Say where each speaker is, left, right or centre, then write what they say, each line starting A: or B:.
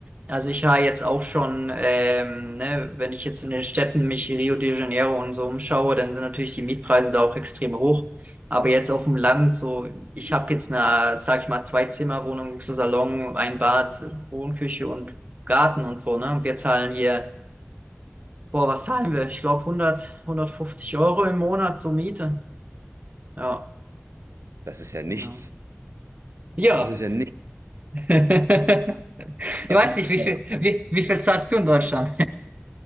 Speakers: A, on the right; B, on the right.
A: Also ich war jetzt auch schon, ähm, ne, wenn ich jetzt in den Städten mich Rio de Janeiro und so umschaue, dann sind natürlich die Mietpreise da auch extrem hoch. Aber jetzt auf dem Land, so, ich habe jetzt eine, sag ich mal, Zwei-Zimmer-Wohnung, Luxussalon, ein Bad, Wohnküche und Garten und so, ne? Und wir zahlen hier, boah, was zahlen wir? Ich glaube hundert hundertfünfzig Euro im Monat zur Miete. Ja.
B: Das ist ja nichts.
A: Genau. Ja.
B: Das ist ja nichts.
A: <laughs>
B: Das
A: Ich weiß
B: ist
A: nicht,
B: knapp.
A: wie viel, wie, wie viel zahlst du in Deutschland?